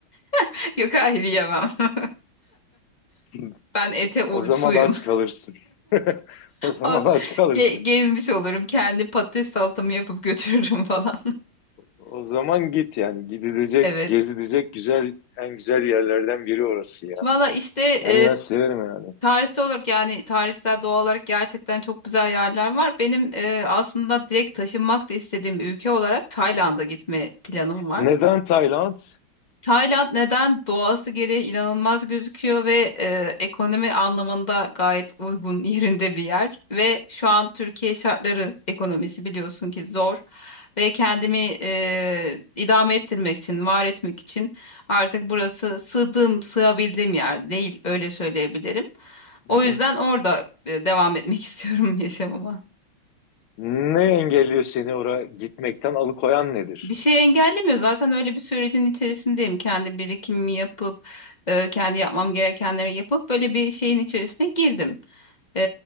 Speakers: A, on the left; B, on the left.
A: <laughs> yok hayır yemem <laughs>
B: <laughs>
A: ben ete oruçluyum.
B: O zaman aç kalırsın. <laughs> O zaman
A: Az-
B: aç kalırsın.
A: Ge- gezmiş olurum. Kendi patates salatamı yapıp götürürüm <laughs> falan.
B: O zaman git yani gidilecek,
A: Evet.
B: gezilecek güzel en güzel yerlerden biri orası ya.
A: Valla işte
B: Yani
A: e,
B: ben severim yani.
A: tarihsel olarak yani tarihsel doğal olarak gerçekten çok güzel yerler var. Benim e, aslında direkt taşınmak da istediğim bir ülke olarak Tayland'a gitme planım var.
B: Neden Tayland?
A: Tayland neden doğası gereği inanılmaz gözüküyor ve e, ekonomi anlamında gayet uygun <laughs> yerinde bir yer ve şu an Türkiye şartları ekonomisi biliyorsun ki zor ve kendimi e, idame ettirmek için, var etmek için artık burası sığdığım, sığabildiğim yer değil öyle söyleyebilirim. O
B: Hı hı.
A: yüzden orada e, devam etmek <laughs> istiyorum yaşamıma.
B: Ne engelliyor seni oraya gitmekten alıkoyan nedir?
A: Bir şey engellemiyor. Zaten öyle bir sürecin içerisindeyim. Kendi birikimimi yapıp, e, kendi yapmam gerekenleri yapıp böyle bir şeyin içerisine girdim. E,